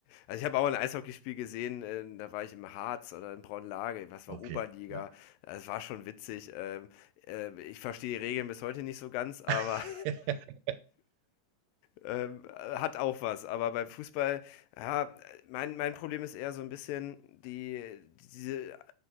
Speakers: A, on the left (about 85°); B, on the right (about 80°).
A: also ich habe auch ein Eishockeyspiel gesehen, äh, da war ich im Harz oder in Braunlage, was war
B: okay.
A: Oberliga.
B: Ja.
A: Es war schon witzig. Ähm, äh, ich verstehe die Regeln bis heute nicht so ganz, aber
B: <laughs>
A: ähm, hat auch was. Aber beim Fußball, ja, mein, mein Problem ist eher so ein bisschen die, diese